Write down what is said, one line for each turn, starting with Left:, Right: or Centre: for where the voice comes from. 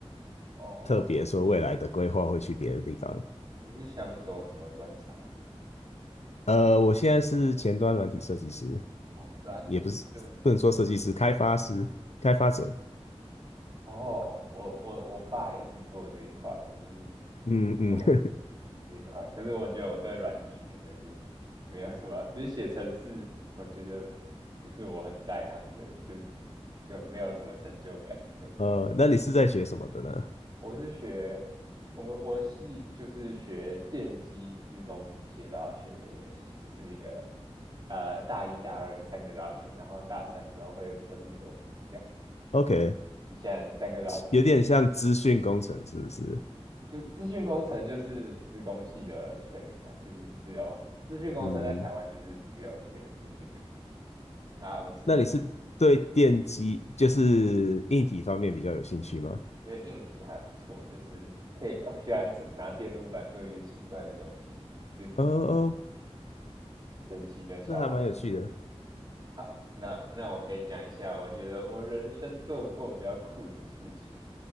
Right: 哦，
Left: 特别说未来的规划会去别的地方。
Right: 你是想走什么专长啊？
Left: 呃，我现在是前端软体设计师，
Right: 哦，软体设计。
Left: 也不是不能说设计师，开发师、开发者。
Right: 哦，我我我爸也是做这一块的，就是
Left: 嗯嗯，
Right: 我其这一块，
Left: <laughs>
Right: 可是我觉得我对软体真的是没有什么，就是写程式，我觉得不是我很在行的，就就没有什么成就感可言。
Left: 呃，那你是在学什么的呢
Right: 我是学我们我的系就是学电机、自工、机械都要学的一个系，就是一个呃大一、大二三个都要学，然后大三之后会分流，这样
Left: ？OK，
Right: 你现在三个都要接。
Left: 有点像资讯工程，是不是？
Right: 就资讯工程就是资工系的全名啊，就是只有资讯工程在台湾就是自由学资讯
Left: 嗯，
Right: 啊。我们是
Left: 那你是对电机，就是硬体方面比较有兴趣吗？
Right: 因为硬体还不错，就是可以我喜欢做拿电路板做一些奇怪的东西，就
Left: 哦哦，
Right: 神奇的小玩。
Left: 那还蛮有趣的。
Right: 好，那那我可以讲一下，我觉得我人生做过比较酷的事情，